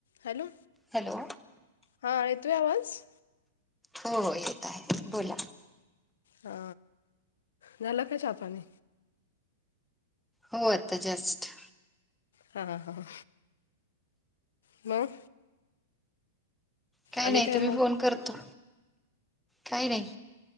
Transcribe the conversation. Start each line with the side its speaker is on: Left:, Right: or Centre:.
Left: Hello
Centre: hello
Left: हा येतोय आवाज?
Centre: हो येत आहे बोला. <inaudible>
Left: ह झाला का चहा पाणी?
Centre: हो आता जस्ट.
Left: हां ह ह. म
Centre: काही
Left: आणि
Centre: नाही
Left: काय
Centre: तुम्ही
Left: मग?
Centre: फोन करतो काही नाही.